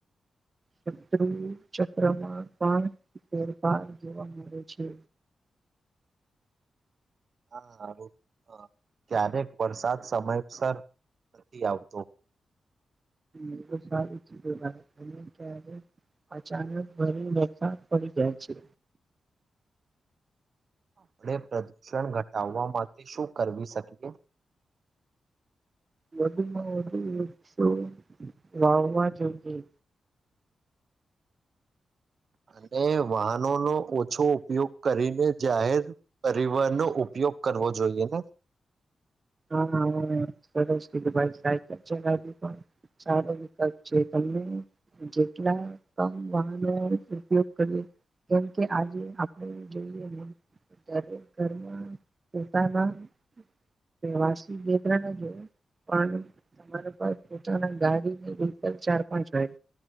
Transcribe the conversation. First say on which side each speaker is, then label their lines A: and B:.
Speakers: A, on the right (about 40°); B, on the right (about 60°).
A: શત્રુ ચક્રમાં પણ ફેરફાર જોવા મળે છે.
B: હા, ક્યારેક વરસાદ સમયસર નથી આવતો.
A: એતો સારું જ કહેવાય ક્યારેક અચાનક વધારે વરસાદ પડે. પડી જાય છે.
B: આપણે પ્રદૂષણ ઘટાવવા માટે શું કરવી શકીએ?
A: વધુમાં વધુ વક્ષો વાવા જોઈએ.
B: અને વાહનોનો ઓછો ઉપયોગ કરીને જાહેર પરિવહનનો ઉપયો કરવો જોઈએને.
A: હા, સરસ કીધુ ભાઈ સાઈકલ ચલાવી પણ. સારો વિકલ્પ છે તમે જેટલા કમ વાહનો ઉપયોગ કરીએ. કેમ કે આજે આપણે જોઈએને. દરેક ઘરમાં પોતાના <unintelligible> પણ તમારી પાસે પોતાના ગાડીને વ્હીકલ ચાર પાંચ હોય.